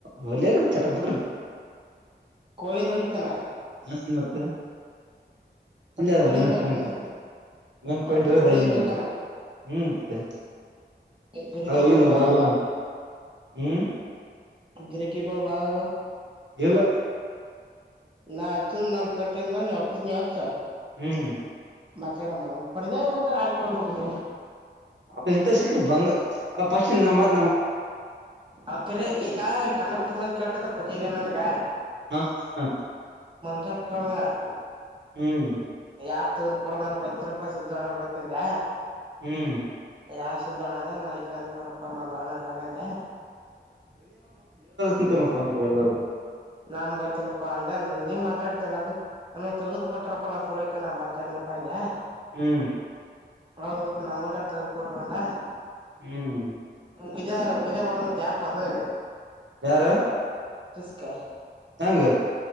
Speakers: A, on the right; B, on the right.
A: ಹೊಳ್ಳ ಚಟಪಟ್ಟ
B: ಕಳ ೋಡಿ ಚಲ
A: ಹ್ಮ ಮತ್ತೆ ಇಲ್ಲ
B: ಒಟ್ಟು
A: ಅದಮ್ಮ
B: ಕೋಳಿದ್ ಬೇಕನು
A: ಪ್ಯಾಂಟ್ ಮೇನ್ ಪಿಂಟ್
B: ಒಟ್ಟು
A: ಇರೋದ
B: ಕೋಳಿದ್
A: ಅಲ್ಲಿ ನಮ್ಗ
B: ಬೇಕನ
A: ಹ್ಮ್ ಮತ್ತೆ
B: ಗಿರಕಿಗಳು
A: ಹ ಬಲ
B: ಬಾಳ
A: ಬಬುಣ ಹ್ಮ್
B: ಗಿರೆಕ ಕೊ ಭಾಗಾ
A: ಎಲ್ಲ
B: ನಾ ಅಚ್ಚಂದ ನನ್ ಕಟ್ಟಂದ್ರ ನೀ ಆಫೀಸ್ ನೀ ಹತ್ಸ
A: ಹ್ಮ್
B: ಮಾತಾಡಮ್ಮ ಪಡೆದ ಒಂದ ಆಯ್ಕೊಡ್ಬೇಕ
A: ಅವ ಎಂತ ಸಿಕ್ಕ್ರಿ ಬಂಗ ಪಸ್ ನಮ್ಮತ್ರ
B: ಅಕ್ರ ಈಗ ಕನ್ನ ಬಿಟ್ಟಿ ಮಂದ ಕೇಳ್ಕತ್ಾರ ಪಜ ನೇ ನನ್ಗ
A: ಹ್ಮ ಹ್ಮ
B: ಪ್ಕದ
A: ಹ್ಮ್
B: ಯಾಪ್ ತಗ್ದ್ ಕೊಡೋ ನನನ್ ಗೊತ್ತಿನಪ್ಪ ಸಣ ಗೊತ್ತನ್ೆ
A: ಹ್ಮ್
B: ಯಾವ ಸುದೋಣದ ನ ಇಲ್ಲದ ನೋಡಪ್ಪ ಮಲ್ವಣ ಅನ್ನಂದ
A: ಂತ ಎಲ್ಲರೂ
B: ನಮ್ ಗೊತ್ತಿಲ್ಲಪ್ಪಾ ಅಂದ ನೀವ್ ಮಾತಾಡ್ತಿಲ್ಲ ಅಂದ ನ ತಗ್ದ್ ಕೊಟ್ಟಾರಪ್ಪ ನಾ ಸುಳ್ಯಕ ನಾ ಮಾತಾಡ ಹಂದಾ
A: ಹ್ಮ್
B: ಹಪ ನಾ ಹಜಾರ್ ತಗ ಕೊಟ್ರಂತ
A: ಹ್ಮ್
B: ಮಿಜಾ ಮಿಜಾ ಒರ್ದ ತೇಪ ಅದು
A: ಯಾರು
B: ತಸ ಕಾಯ
A: ಹೆಂಗ